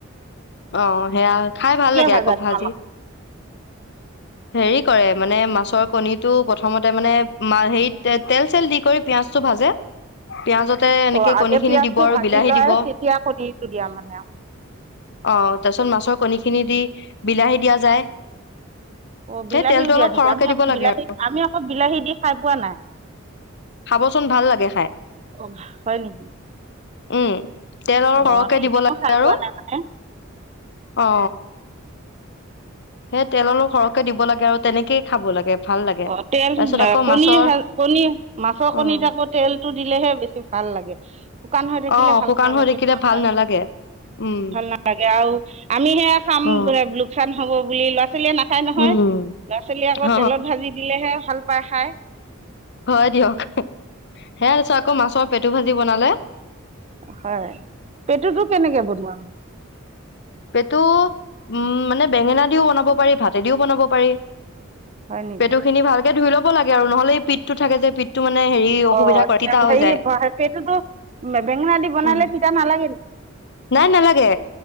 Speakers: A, on the left; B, on the right.
A: অ সেয়া খাই ভাল লাগে
B: ভাজা
A: আকৌ ভাজি
B: তোমালোকে
A: হেৰি কৰে মানে মাছৰ কণীটো প্ৰথমতে মানে ম হেৰি তে তেল চেল দি কৰি পিঁয়াজটো ভাজে পিয়াজতে এনেকে
B: অ আগে
A: কণী খিনি
B: পিয়াজটো
A: দিব আৰু
B: ভাজি
A: বিলাহী
B: লয়
A: দিব অ
B: তেতিয়া কণীৰটো দিয়া মানে আৰু
A: অ তাৰ পিছত মাছৰ কণী খিনি দি বিলাহী দিয়া যায়
B: অ
A: সেই
B: বিলাহীও
A: তেলটো
B: দিয়া
A: অলপ
B: নকি
A: সৰহকে
B: আমি
A: দিব
B: অ
A: লাগে
B: বিলাহী
A: আৰু
B: আমি অকৌ বিলাহী দি খাই পোৱা নাই
A: খাবচোন ভাল লাগে খাই
B: অঁ হয় নেকি
A: উম তেল অলপ
B: অঁ
A: সৰহকে
B: আমি
A: দিব
B: এদিনো
A: লাগে
B: খাই
A: আৰু
B: পোৱা নাই মানে
A: অ সেই তেল অলপ সৰহকে দিব লাগে আৰু তেনেকেই খাব লাগে ভাল লাগে
B: অ তেল
A: তাৰপিছত আকৌ
B: কণী
A: মাছৰ
B: কণী মাছৰ
A: উম
B: কণীত আকৌ তেলটো দিলেহে বেছি ভাল লাগে উ শুকান হৈ থাকিলে
A: অ
B: ভাল
A: শুকান
B: নালাগে
A: হৈ থাকিলে
B: নহয়
A: ভাল
B: খাই
A: নালাগে উম
B: ভাল নালাগে আৰু আমি সেয়া খাম
A: অ
B: লোকচান হব বুলি ল'ৰা ছোৱালী খাই নহয়
A: উম
B: ল'ৰা ছোৱালীয়ে আকৌ
A: অ
B: তেলত ভাজি ভাল পাই খাই
A: হয় দিয়ক সে আছ আকৌ মাছৰ পেটু ভাজি বনালে
B: হয় পেটুতো কেনেকে বনোৱা
A: পেটো উম মানে বেঙেনা দিও বনাব পাৰি ভাতেদিও বনাব পাৰি
B: হয় নেকি
A: পেটু খিনি ভালকে ধুই ল'ব পেলাব লাগে আৰু নহলে এই পিঠটো থাকে যে, পিঠটো মানে হেৰি অসুবিধা
B: অ,
A: কৰে তিতা হৈ
B: হেৰি
A: যায়
B: সেইটোতো বেঙেনা দি বনালে
A: উম
B: তিতা নালাগে নেকি?
A: নাই নালাগে,